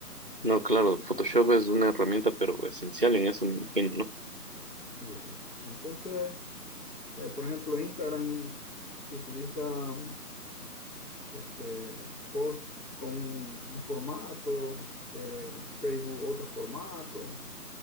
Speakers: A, on the right; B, on the left.
A: No, claro,
B: Sí,
A: Photoshop es una herramienta, pero esencial en eso, me imagino, ¿no?
B: sí. Sí. Entonces, Eh, por ejemplo, Instagram utiliza este, post con un, un formato, eh, Facebook otro formato,